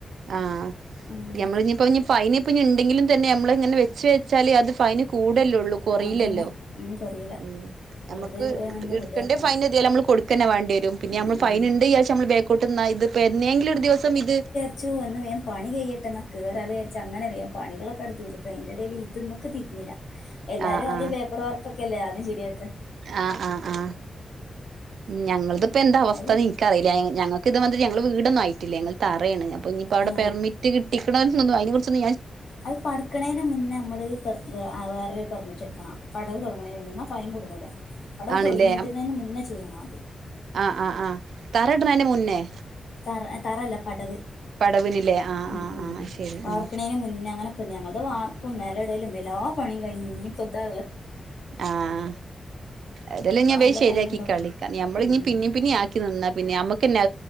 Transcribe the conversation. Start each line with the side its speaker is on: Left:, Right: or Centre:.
Right: ആഹ്
Left: ഉം
Right: നമ്മള് ഇപ്പോ ഫൈ പിന്നെ ഉണ്ടെങ്കിലും തന്നെ നമ്മള ഇങ്ങനെ വെച്ച വെച്ചാലേ അത് ഫൈന് കൂടല്ലള്ളൂ കുറല്ലല്ലോ
Left: അതന്നെ ഉം കൊറിയില
Right: ഉം
Left: ഉള്ളത്
Right: നമുക്ക്
Left: വേഗം
Right: എടുക്കേണ്ടേ
Left: റെഡിയാക്കണം
Right: ഫൈൻ എാലൽ നമ്മ കൊടുക്കന്നേ വേണ്ടി വരും പിന്നെ
Left: ഉം
Right: നമ്മൾ
Left: ഉം
Right: ഫൈൻണ്ട് നമ്മൾ കട്ടുന്ന ഇത് ഇപ്പോ എന്തെങ്കിലും ഒരു ദിവസം ഇത്
Left: ചച്ചു വേം പണി കിട്ട എന്നാ കയറലേചരിച്ച അങ്ങനെ വേ പണികളക്കെടുത്ത്ർത് അതി്ന്റെ ഇടയിൽ ഇത് നമക്ക് തിഞ്ഞില്ല എല്ലാരും
Right: ആഹ്
Left: ആദ്യം
Right: ആഹ്
Left: പേപ്പർ വർക്ക് ഒക്കെ അല്ലേ ആദ്യം ശരിയാൊക്കെ
Right: ആഹ് ആഹ് ആഹ് ഞങ്ങളതി ഇപ്പ എന്താ അവസ്ഥന്ന്
Left: അത്
Right: നിനക്ക്റിയില്ല ഞങ്ങ ഇ വ ഞങ്ങ വടൊന്നും ആയില്ല ങ്ങൾ തയ അപ്പോ ഇനിപ്പോ അവിടെ
Left: ഏ
Right: പെർി കിട്ടിക്കണ തന്നുന്നു അതിനെകുറിച്ചൻ
Left: അത് പഠക്കണേന് മുന്നേ നമ്മള് ആരുടെ പെർമിറ്റ് എട പടവ് തുടങ്ങണതിന് മുന്നോ എന്നാൽ ഫൈൻ കുടുങ്ങൂില്ല പടവ്
Right: ആണല്ലേ
Left: തുടങ്ങിയിട്ടുന്നതിന് മുന്നേ ചെയ്യണം.
Right: ആ് ആ് തറയിടുന്നതിന്റെ മുന്നേ.
Left: തറ തറല്ല പടവ്
Right: പടവിനില്ലേ ആഹ്
Left: ഉം
Right: ആഹ്
Left: ഉം
Right: ആഹ ശരി
Left: വാർക്കണേന്
Right: ഉ
Left: മുന്നേ അങ്ങനൊക്കെ ഞങ്ങളത് വാർപ്പ് നിലടലും എല പണി കഴിഞ്ഞഞ് ഇനി ഇപ്പ താ
Right: ആഹ അതെല്ലാം
Left: അപ്പൊ
Right: ഞൻ
Left: നല്ല
Right: ശരിയാക്കി
Left: ഫൈനുണ്ടാവും
Right: കളള്ള നഞമ്മള
Left: ഉം
Right: ഇ പിന്നേം പിന്നെയും ആക്കി നിന്നാ പിന്നെ നമ്മുക്ക്